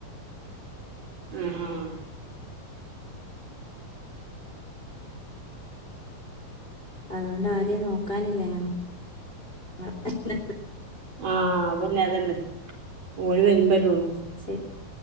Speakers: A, on the right; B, on the left.
A: ആഹ് ആഹ്
B: അതോണ്ട് ആരിം നോക്കാനില്ല ഞങ്ങ <unintelligible>
A: ആഹ് അതന്നെ അതന്നെ ഓല് വരുമ്പല്ലൊള്ളൂ
B: ശെരി